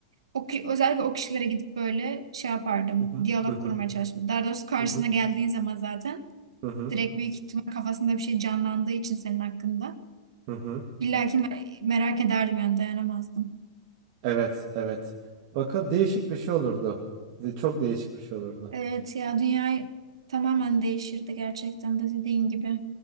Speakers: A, on the right; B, on the right.
A: O, ki- özellikle o kişilere gidip böyle şey yapardım.
B: hı hı,
A: Diyalog
B: hı hı,
A: kurmaya çalıştım. Daha doğrusu karşısına
B: hı hı,
A: geldiğin zaman zaten
B: hı hı,
A: direkt büyük ihtimal kafasında bir şey canlandığı için senin hakkında.
B: hı hı.
A: İlla ki me- merak ederdim yani dayanamazdım.
B: Evet, evet. Bakın değişik bir şey olurdu. De- Çok değişik bir şey olurdu.
A: Evet ya dünya tamamen değişirdi gerçekten de dediğin gibi.